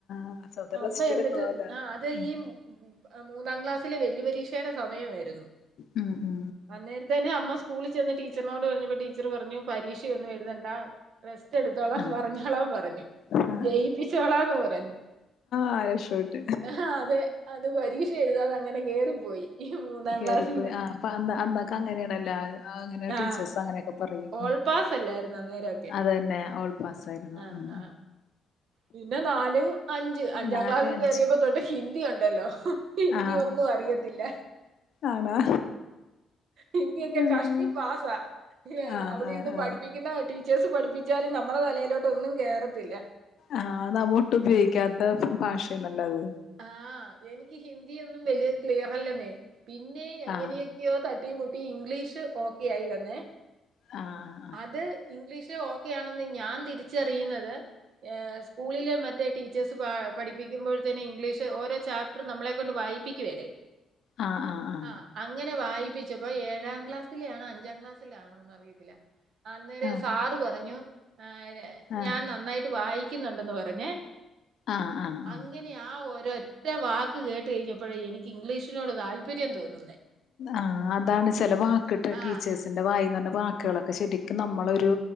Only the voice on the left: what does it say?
ആ സ്വന്തം
റെസ്റ്റ്
എടുക്കണല്ലോ
ഉം
മ് മ് ഹ്
ആ
ആ
അ രക്ഷപ്പെട്ട്.
കേറി
പോയി ആ അ അന്നൊക്കെ അങ്ങനെയണല്ലോ അങ്ങനെ ടീച്ചേഴ്സ്
അങ്ങനെയൊക്കെ പറയും.
അതന്നെ ഓൾ പാസ് ആയിരുന്നു.
ഉം
നാല്
അഞ്ച്
ആ
ആണോ
ഉം.
ആ
ആ ആ
ആ നമ്മളൊട്ടുപയോഗിക്കാത്ത ഭാഷയണല്ലോ അത്.
ആ
ആ അ
ആ ആ ആ ആ
ആ
ആ
ആഹ് ആഹ് ആഹ്.
ആഹ് അതാണ്. ചെല വാക്ക്ട്ട്
ടീച്ചേഴ്സ് വായേന്ന് വരുന്ന വാക്ക്കളൊക്കെ ശരിക്കും നമ്മളൊരു